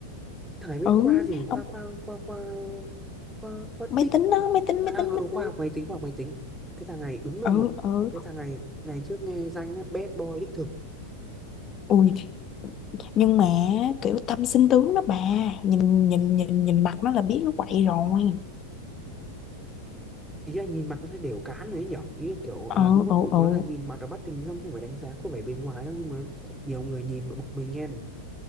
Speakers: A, in the centre; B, on the left.
A: thằng này bên
B: ừ
A: khoa gì khoa
B: ông
A: khoa khoa khoa khoa khoa
B: máy
A: tin
B: tính đó máy tính
A: à
B: máy tính
A: ừ,
B: máy
A: khoa
B: tính
A: học máy tính khoa học máy tính cái thằng này đúng
B: ừ
A: là một
B: ừ
A: cái thằng này ngày trước nghe danh á, bad boy đích thực
B: ui nhưng mà kiểu tâm sinh tướng đó bà nhìn nhìn nhìn nhìn mặt nó là biết nó quậy rồi
A: ý là nhìn mặt nó thấy đều cán đấy nhở ý là kiểu gọi
B: ừ
A: là đúng các
B: ừ
A: cụ
B: ừ
A: nói là nhìn mặt là bắt tình dong không phải đánh giá có vẻ bề ngoài đâu nhưng mà nhiều người nhìn mà bực mình nghe